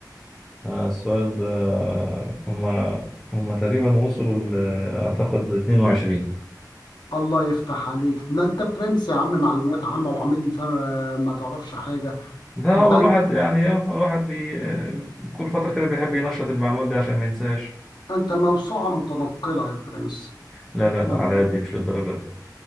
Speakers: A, in the centre; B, on the left.
A: آه، السؤال ده هما هما تقريبا وصلوا ل- أعتقد 22
B: الله يفتح عليك ده أنت برنس يا عم معلومات عامة وعامل لي فاهم آه، ما تعرفش حاجة
A: لا هو
B: ده
A: الواحد
B: أن-
A: يعني إيه، الواحد بي كل فترة كده بيحب ينشط المعلومات دي عشان ما ينساش
B: أنت موسوعة متنقلة يا برنس
A: لا لا لا
B: يلا
A: على قدي مش للدرجة دي